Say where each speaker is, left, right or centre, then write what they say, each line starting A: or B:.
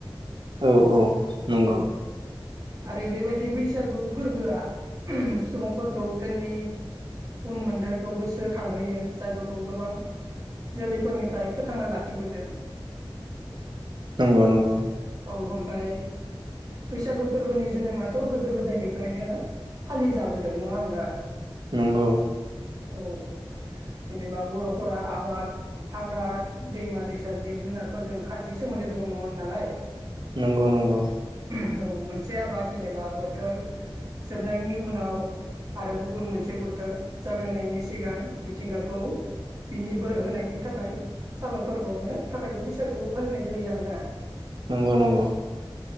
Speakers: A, on the right; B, on the right.
A: औ औ नंगौ
B: औ आरो बेबायदि बैसाग फोरबोआ सुबुंफोरखौ जोंनि उन मोनथायखौ गोसोखांहोयो जायफोरखौ गोबां जोलैफोरनिफ्राय फोथांना लाखिबोदों।
A: नंगौ नंगौ
B: औ ओमफाय बैसागु फोरबोनि जोनोमाथ' गोदो गोदायनिफ्रायनो फालि जाबोदों नङा होमबा।
A: नंगौ
B: औ जेनेबा बर'फोरा आबाद, हाग्रा, दैमा-दैसा, जिब जुनारफोरजों खाथ जि सोमोन्दै दं नङा होननालाय।
A: नंगौ नंगौ
B: औ मोनसे आबाद जेनेबा बोथोर जोबनायनि उनाव आरो गुबुन मोनसे बोथोर जागायनायनि सिगां मिथिंगाखौ बिनि बोर होनायनि थाखाय साबायखर बावनो थाखायबो बैसागु फालिनाय जायो आरोना।
A: नंगौ नंगौ